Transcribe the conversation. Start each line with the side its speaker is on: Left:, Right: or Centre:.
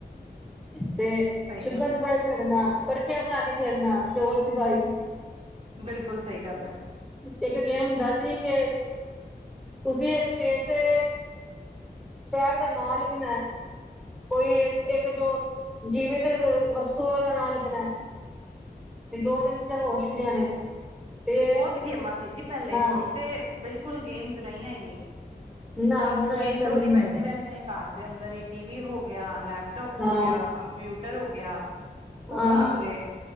Centre: ਤੇ
Right: ਸਹੀ
Centre: ਚੁਪਣ
Right: ਗੱਲ ਏ,
Centre: ਛੁਪਾਈ ਖੇਡਣਾ, ਪਰਚਿਆ ਬਣਾ ਕੇ ਖੇਲਨਾ ਚੋਰ ਸਿਪਾਹੀ
Right: ਬਿਲਕੁਲ ਸਹੀ ਗੱਲ ਹੈ।
Centre: ਇੱਕ ਗੇਮ ਹੁੰਦਾ ਸੀ ਕਿ ਤੁਸੀਂ ਇੱਕ ਪੇਜ ਤੇ ਸ਼ਹਿਰ ਦਾ ਨਾਂ ਲਿਖਣਾ ਹੈ, ਕੋਈ ਇੱਕ ਜੋ ਜੀਵਿਤ ਵਸਤੂਆਂ ਦਾ ਨਾਂ ਲਿਖਣਾ ਹੈ। ਤੇ ਦੋ ਤਿੰਨ ਚੀਜਾ ਹੋਰ ਲਿਖਣੀਆਂ ਨੇ, ਤੇ
Right: ਬੋਤ ਗੇਮਾਂ ਸੀ ਜੀ ਪਹਿਲੇ,
Centre: ਹਾਂ
Right: ਹੁਣ ਤੇ ਬਿਲਕੁਲ ਗੇਮਸ ਰਹੀਆਂ ਈ ਨਈ।
Centre: ਨਾ
Right: ਸਭ
Centre: ਹੁਣ ਅੱਜ
Right: ਇੰਡੋਰ
Centre: ਕੱਲ
Right: ਹੀ
Centre: ਨੀ
Right: ਬੈਠੇ
Centre: ਹੈ
Right: ਰਹਿੰਦੇ ਨੇ। ਘਰ ਦੇ ਅੰਦਰ ਹੀ ਟੀਵੀ ਹੋ ਗਿਆ, ਲੈਪਟੋਪ ਹੋ
Centre: ਹਾਂ
Right: ਗਿਆ, ਕੰਪਿਊਟਰ ਹੋ ਗਿਆ, ਫੋਨ
Centre: ਹਾਂ
Right: ਹੋਗੇ।